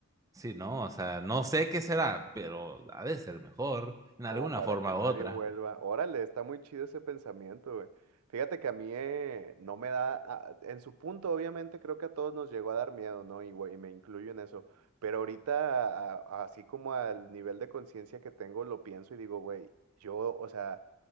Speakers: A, on the right; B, on the right.
A: Sí, ¿no? O sea, no sé qué será, pero ha de ser mejor en
B: Como
A: alguna
B: para
A: forma
B: que nadie
A: u otra.
B: vuelva. Órale, está muy chido ese pensamiento, güey. Fíjate que a mí eh, no me da, a- en su punto obviamente creo que a todos nos llegó a dar miedo, ¿no? Y, güey, y me incluyo en eso. Pero ahorita, a- a- así como al nivel de conciencia que tengo, lo pienso y digo, güey, yo, o sea,